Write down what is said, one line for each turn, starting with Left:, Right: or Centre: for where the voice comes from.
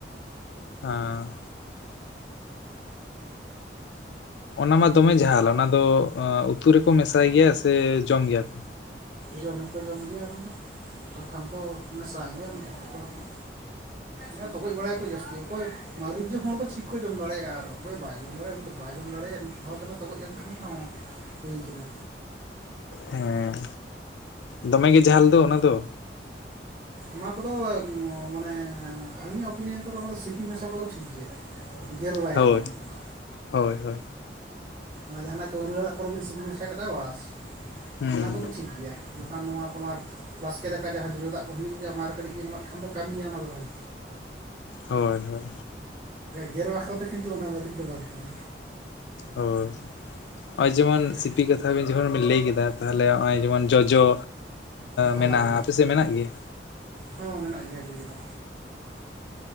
Left: ᱦᱟᱸ ᱚᱱᱟ ᱢᱟ ᱫᱚᱢᱮ ᱡᱷᱟᱞ ᱚᱱᱟ ᱫᱚ ᱩᱛᱩ ᱨᱮᱠᱚ ᱢᱮᱥᱟᱭ ᱜᱮᱭᱟ ᱥᱮ ᱡᱚᱢ ᱜᱮᱭᱟ ᱯᱮ
Right: ᱡᱚᱢ ᱦᱚᱸᱠᱚ ᱡᱚᱢ ᱜᱮᱭᱟ ᱚᱱᱟ ᱫᱚ ᱵᱟᱠᱷᱟᱱ ᱠᱚ ᱢᱮᱥᱟᱭ ᱜᱮᱭᱟ ᱢᱤᱫ ᱩᱛᱩ ᱠᱚ ᱦᱚᱸ ᱦᱮᱸ ᱛᱚᱠᱚᱡ ᱵᱟᱲᱟᱭᱟᱠᱚ ᱡᱟᱹᱥᱛᱤ ᱚᱠᱚᱭ ᱦᱮᱸ ᱛᱚᱜᱚᱡ ᱵᱟᱲᱟᱭ ᱟᱠᱚ ᱡᱟᱹᱥᱛᱤ ᱚᱠᱚᱭ ᱢᱟᱹᱨᱤᱪ ᱡᱚᱢ ᱦᱚᱲ ᱫᱚ ᱴᱷᱤᱠ ᱠᱚ ᱡᱚᱢ ᱫᱟᱲᱮᱭᱟᱜᱼᱟ ᱟᱨ ᱚᱠᱚᱭ ᱵᱟᱭ ᱡᱚᱢ ᱫᱟᱲᱮᱭᱟᱜᱼᱟ ᱵᱟᱭᱡᱚᱢ ᱫᱟᱲᱮᱭᱟᱜᱼᱟ ᱢᱤᱫ ᱫᱷᱟᱣ ᱜᱟᱱᱮ ᱛᱚᱜᱚᱡ ᱟᱱᱠᱷᱟᱱ ᱦᱚᱸ ᱦᱩᱭ ᱠᱟᱱᱟ
Left: ᱦᱮᱸ ᱫᱚᱢᱮ ᱜᱮ ᱡᱷᱟᱞ ᱫᱚ ᱚᱱᱟ ᱫᱚ
Right: ᱚᱱᱟ ᱠᱚᱫᱚ ᱢᱟᱱᱮ ᱟᱹᱞᱤᱧᱟᱜ ᱩᱯᱤᱱᱤᱭᱚᱱ ᱛᱮᱫᱚ ᱥᱤᱯᱤ ᱢᱮᱥᱟ ᱠᱚᱫᱚ ᱴᱷᱤᱠ ᱜᱮᱭᱟ ᱜᱮᱨ ᱵᱟᱭ
Left: ᱦᱳᱭ
Right: ᱜᱟᱱᱚᱜᱼᱟ ᱚᱱᱟ ᱠᱚᱫᱚ
Left: ᱦᱳᱭ ᱦᱳᱭ
Right: ᱚᱱᱟ ᱡᱟᱦᱟᱱᱟᱜ ᱠᱟᱹᱣᱨᱟᱹ ᱟᱲᱟᱜ ᱠᱚᱨᱮ ᱵᱮᱱ ᱥᱤᱯᱤ ᱢᱮᱥᱟ ᱠᱮᱫᱟ ᱵᱟᱥ
Left: ᱦᱩᱸ
Right: ᱚᱱᱟ ᱠᱚᱫᱚ ᱴᱷᱤᱠ ᱜᱮᱭᱟ ᱵᱟᱠᱷᱟᱱ ᱱᱚᱣᱟ ᱛᱳᱢᱟᱨ ᱵᱟᱥᱠᱮ ᱫᱟᱠᱟ ᱡᱟᱦᱟᱸ ᱡᱚᱡᱚ ᱫᱟᱜ ᱦᱩᱭᱩᱜ ᱜᱮᱭᱟ ᱚᱱᱟᱨᱮ ᱠᱟᱹᱴᱤᱡ ᱵᱤᱱ ᱮᱢᱟᱜ ᱠᱷᱟᱱ ᱫᱚ ᱠᱟᱹᱢᱤᱭᱟ ᱚᱱᱟ ᱫᱚ ᱦᱚᱭ
Left: ᱦᱳᱭ ᱦᱳᱭ
Right: ᱜᱮᱨ ᱵᱟᱠᱷᱨᱟ ᱫᱚ ᱠᱤᱱᱛᱩ ᱚᱱᱟ ᱢᱟᱹᱨᱤᱪ ᱫᱚ ᱵᱟᱝ ᱠᱟᱱᱟ
Left: ᱦᱚᱸ ᱱᱚᱜᱼᱚᱭ ᱡᱮᱢᱚᱱ
Right: ᱜᱮᱨ
Left: ᱥᱤᱯᱤ ᱠᱟᱛᱷᱟ ᱵᱤᱱ ᱡᱮᱢᱚᱱ ᱵᱤᱱ ᱞᱟᱹᱭ ᱠᱮᱫᱟ ᱛᱟᱦᱚᱞᱮ ᱱᱚᱜᱼᱚᱭ ᱡᱮᱢᱚᱱ ᱡᱚᱡᱚ
Right: ᱦᱳᱭ
Left: ᱢᱮᱱᱟᱜᱼᱟ ᱟᱯᱮ ᱥᱮᱫ ᱢᱮᱱᱟᱜ ᱜᱮᱭᱟ
Right: ᱦᱚᱸ ᱢᱮᱱᱟᱜ ᱜᱮᱭᱟ ᱡᱚᱡᱚ ᱫᱚ